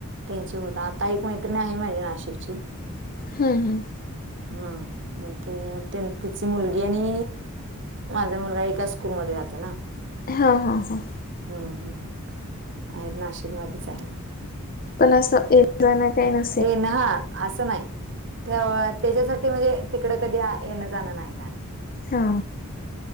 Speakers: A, on the right (about 55°); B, on the left (about 40°).
A: त्यांचे होत आता एक मैत्रिणी आहे माझी नाशिकची.
B: हम् हम.
A: हा म्हण ते तिची मुलगी आणि माझा मुलगा एका स्कूलमध्ये जातो ना.
B: हा हा हा.
A: हम् हम् ह आहेत नाशिकमध्येच आहेत.
B: पण असं जा आहे.
A: येन हा. असं नाही ते त्याच्यासाठी म्हणजे तिकड कधी येणं जाणं नाही झाल.
B: हा